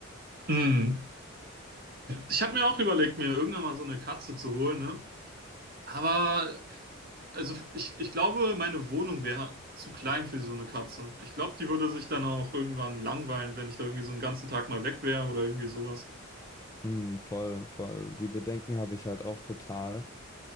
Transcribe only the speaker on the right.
Mm. Ich habe mir auch überlegt, mir irgendwann mal so eine Katze zu holen, ne? Aber Also ich, ich glaube, meine Wohnung wäre zu klein für so eine Katze. Ich glaube, die würde sich dann auch irgendwann langweilen, wenn ich da irgendwie so einen ganzen Tag mal weg wäre oder irgendwie sowas.